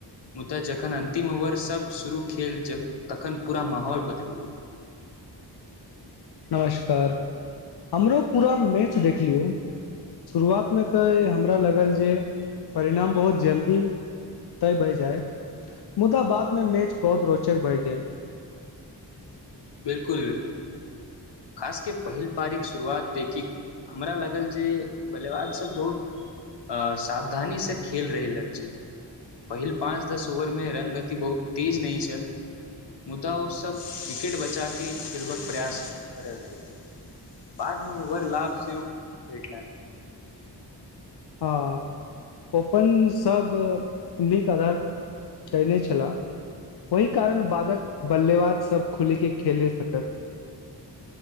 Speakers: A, on the left; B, on the left.
A: मुदा जखन अन्तिम ओवर तब शुरू खेल जक तखन पूरा माहौल बदलि गेल
B: नमस्कार हमरो पूरा मैच देखलिय शुरुआतमे तऽ हमरा लागल जे परिणाम बहुत जल्दी तय भए जाएत मुदा बादमे मैच बहुत रोचक भए गेल
A: बिलकुल खासकेँ पहिल पारिक शुरुआत देखि कऽ हमरा लागल जे बल्लेबाज सभ बहुत असावधानी सँ खेल रहल छथि पहिल पाँच दस ओवरमे रनगति बहुत तेज नहि छल मुदा ओ सभ विकेट ब- चाकेँ खेलबाक प्रयास करैत रहल बादमे ओवर लाभ से भेटलन्हि।
B: हँ ओपन सभ नीक आधार कयने छलाह ओहि कारण बादक बल्लेबाजसभ खुलि कऽ खेल सकल